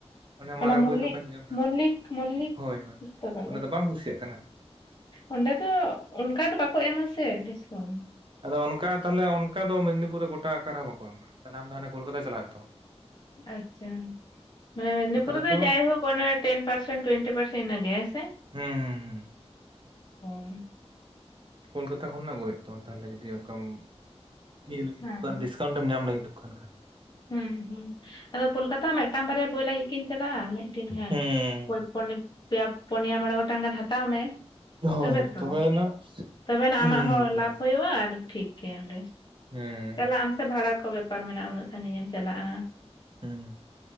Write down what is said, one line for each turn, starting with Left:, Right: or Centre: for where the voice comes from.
Right: ᱚᱱᱮ
Left: ᱚᱱᱟ
Right: ᱢᱟᱨᱟᱝ
Left: ᱢᱚᱞᱞᱤ
Right: ᱵᱳᱭ ᱫᱚᱠᱟᱱ ᱪᱮᱫ ᱪᱚᱝ
Left: ᱢᱚᱞᱞᱤᱠ ᱢᱚᱞᱞᱤᱠ
Right: ᱦᱳᱭ ᱦᱳᱭ
Left: ᱯᱩᱥᱛᱠᱟᱞᱚᱭ
Right: ᱚᱸᱰᱮ ᱫᱚ ᱵᱟᱢ ᱠᱩᱥᱤᱭᱟᱜ ᱠᱟᱱᱟ
Left: ᱚᱸᱰᱮ ᱫᱚ ᱚᱱᱠᱟ ᱫᱚ ᱵᱟᱠᱚ ᱮᱢᱟᱥᱮ ᱰᱤᱥᱠᱟᱣᱩᱱᱴ
Right: ᱟᱫᱚ ᱚᱱᱠᱟ ᱛᱟᱦᱚᱞᱮ ᱚᱱᱠᱟ ᱫᱚ ᱢᱮᱫᱽᱱᱤᱯᱩᱨ ᱨᱮ ᱜᱚᱴᱟ ᱟᱠᱟ ᱨᱮ ᱦᱚᱸ ᱵᱟᱠᱚ ᱮᱢᱟ ᱛᱟᱦᱞᱮ ᱟᱢ ᱫᱚ ᱦᱟᱱᱮ ᱠᱳᱞᱠᱟᱛᱟ ᱪᱟᱞᱟᱣ ᱦᱩᱭᱩᱜ ᱛᱟᱢᱟ
Left: ᱟᱪᱪᱷᱟ ᱢᱮᱫᱱᱤᱯᱩᱨ
Right: ᱠᱳᱞᱠᱟᱛᱟ ᱨᱮᱛᱚ
Left: ᱫᱚ ᱡᱟᱭᱦᱳᱠ ᱚᱱᱮ ᱴᱮᱱ ᱯᱟᱨᱥᱮᱱᱴ ᱴᱩᱭᱮᱱᱴᱤ ᱯᱟᱨᱥᱮᱱᱴ ᱤᱱᱟᱹ ᱜᱮ ᱦᱮᱥᱮ
Right: ᱦᱩᱸ ᱦᱩᱸ ᱦᱩᱸ
Left: ᱦᱮᱸ
Right: ᱠᱳᱞᱠᱟᱛᱟ ᱠᱷᱚᱱᱟᱜ ᱟᱜᱩ ᱦᱩᱭᱩᱜ ᱛᱟᱢᱟ ᱛᱟᱦᱚᱞᱮ ᱡᱩᱫᱤᱢ ᱚᱱᱠᱟᱢ <unintelligible>
Left: ᱦᱮᱸ
Right: ᱰᱤᱥᱠᱟᱣᱩᱱᱴᱢ ᱧᱟᱢ ᱞᱟᱹᱜᱤᱫᱚᱜ ᱠᱟᱱ ᱠᱷᱟᱱ
Left: ᱦᱩᱸ ᱦᱩᱸ ᱟᱫᱚ ᱠᱳᱞᱠᱟᱛᱟ ᱢᱤᱫᱴᱟᱝ ᱵᱟᱨᱭᱟ ᱵᱳᱭ ᱞᱟᱹᱜᱤᱫ ᱠᱤᱱ ᱪᱟᱞᱟᱜᱼᱟ ᱢᱤᱫᱴᱤᱱ ᱜᱟᱱ
Right: ᱦᱩᱸ
Left: <unintelligible> ᱯᱮᱭᱟ ᱯᱩᱱᱭᱟ ᱢᱚᱬᱮ ᱜᱚᱴᱟᱝ ᱜᱟᱱ ᱦᱟᱛᱟᱣ ᱢᱮ᱾
Right: ᱦᱳᱭ
Left: ᱛᱚᱵᱮ ᱛᱚ
Right: ᱛᱚᱵᱮᱭᱟᱱᱟᱜ
Left: ᱛᱚᱵᱮᱱᱟᱜ
Right: ᱦᱩᱸ
Left: ᱟᱢᱟᱜ ᱦᱚᱸ
Right: ᱛᱚ
Left: ᱞᱟᱵᱷ ᱦᱩᱭᱩᱜᱼᱟ ᱟᱨ ᱴᱷᱤᱠᱜᱮᱭᱟ ᱚᱸᱰᱮ
Right: ᱦᱩᱸ
Left: ᱪᱟᱞᱟᱜ ᱟᱢ ᱥᱮ ᱵᱷᱟᱲᱟ ᱠᱚ ᱵᱮᱯᱟᱨ ᱢᱮᱱᱟᱜᱼᱟ ᱩᱱᱟᱹᱜ ᱥᱟᱺᱜᱤᱧᱮ ᱮᱢ ᱪᱟᱞᱟᱜᱼᱟ
Right: ᱦᱮᱸ